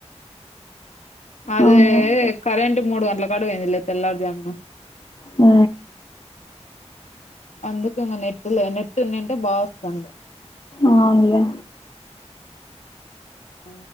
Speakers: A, on the left; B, on the left.
A: అదే
B: అవును
A: కరెంటు మూడు గంట్ల కాడు పోయిందిలే తెల్లారుజామున
B: ఊ
A: అందుకేమో నెట్ నెటుంనింటే బా వస్తాండే
B: ఔన్లే
A: ఆ